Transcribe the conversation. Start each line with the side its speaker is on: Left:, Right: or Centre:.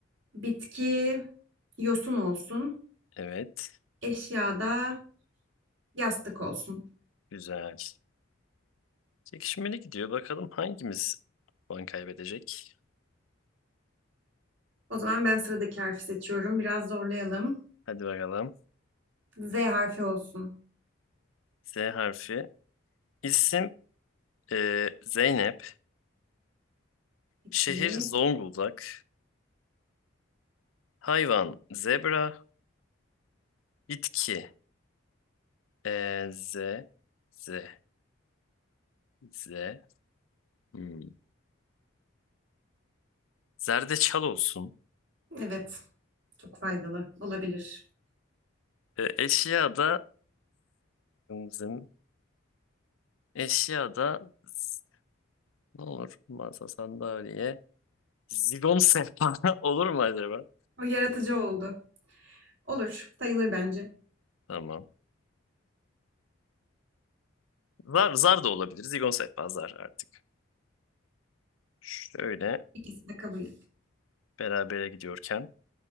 Right: Bitki yosun olsun.
Left: Evet.
Right: Eşyada yastık olsun.
Left: Güzel. Çekişmeli gidiyor. Bakalım hangimiz puan kaybedecek?
Right: O zaman ben sıradaki harfi seçiyorum. Biraz zorlayalım.
Left: Hadi bakalım.
Right: Z harfi olsun.
Left: Z harfi. İsim e, Zeynep.
Right: Peki.
Left: Şehir Zonguldak. Hayvan zebra. Bitki e, Z. Z. Z. Hmm. Zerdeçal olsun.
Right: Evet. Çok faydalı olabilir.
Left: E, eşya da zım, zım. Eşya da z- ne olur? Masa, sandalye, zigon sehpa <laughs> olur mu acaba?
Right: O yaratıcı oldu. Olur, sayılır bence.
Left: Tamam. Zar, zar da olabilir. Zigon sehpa zar artık. Şöyle
Right: İkisi de kabul.
Left: berabere gidiyorken.